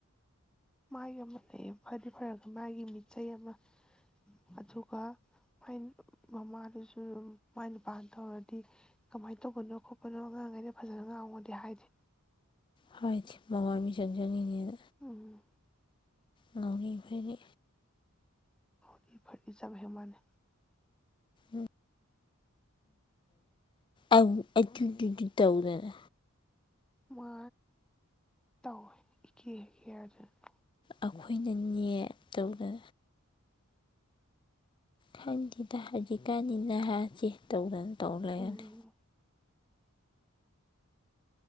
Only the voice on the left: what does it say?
ꯍꯥꯏꯗꯤ ꯃꯃꯥ ꯃꯤꯆꯡ ꯆꯡꯏ ꯅꯦꯅ
ꯉꯥꯑꯣꯅꯤ ꯐꯔꯤ
ꯎꯝ ꯑꯩꯒꯤ ꯇꯧꯗꯅ
ꯑꯩꯈꯣꯏꯅ ꯅꯦ ꯇꯧꯅ ꯈꯪꯗꯦꯗ ꯍꯧꯖꯤꯛꯀꯥꯟꯅꯤ ꯅꯍꯥꯁꯦ ꯇꯧꯗꯅ ꯇꯧꯔ ꯂꯩꯔꯅꯤ